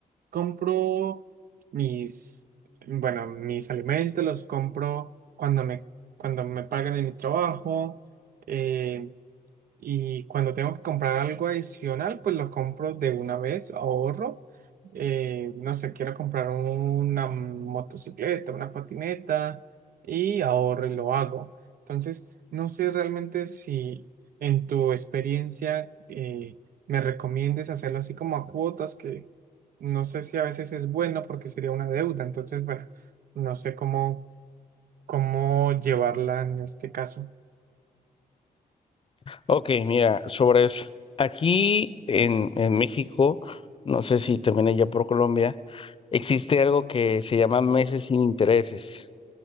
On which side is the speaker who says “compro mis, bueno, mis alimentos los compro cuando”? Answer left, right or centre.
Right